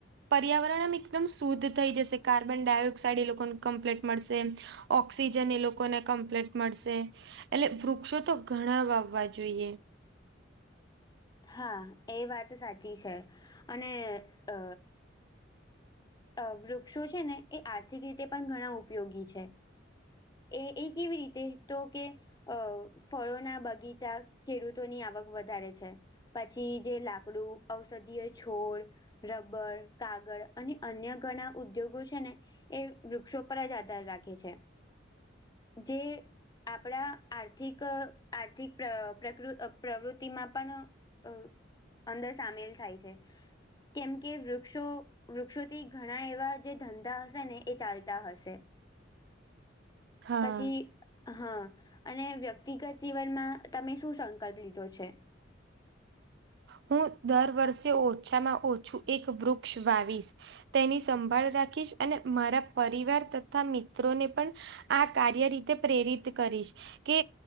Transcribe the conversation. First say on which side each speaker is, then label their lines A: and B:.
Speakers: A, on the right (about 60°); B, on the left (about 20°).
A: પર્યાવરણ આમ એકદમ શુદ્ધ થઈ જશે કાર્બન ડાયોક્સાઇડ એ લોકોને કમ્પ્લીટ મળશે. ઓક્સિજન એ લોકોને કમ્પ્લીટ મળશે. એટલે વૃક્ષો તો ઘણા વાવવા જોઈએ.
B: હા એ વાત સાચી છે અને અ અ વૃક્ષો છે ને એ આર્થિક રીતે પણ ઘણા ઉપયોગી છે. એ એ કેવી રીતે તો કે. અ ફળોના બગીચા ખેડૂતોની આવક વધારે છે. પછી જે લાકડું ઔષધીય છોડ રબર કાગળ અને અન્ય ઘણા ઉદ્યોગો છે ને, એ વૃક્ષો પર જ આધાર રાખે છે. જે આપણા આર્થિક આર્થિક પ્રકૃ પ્રવૃતિમાં પણ અ અંદર સામેલ થાય છે કેમ કે વૃક્ષો વૃક્ષોથી ઘણા એવા જે ધંધા હશે ને એ ચાલતા હશે.
A: હા
B: પછી હા અને વ્યક્તિગત જીવનમાં તમે શું સંકલ્પ લીધો છે.
A: હું દર વર્ષે ઓછામાં ઓછું એક વૃક્ષ વાવીશ. તેની સંભાળ રાખીશ અને મારા પરિવાર તથા મિત્રોને પણ. આ કાર્ય રીતે પ્રેરિત કરીશ. કે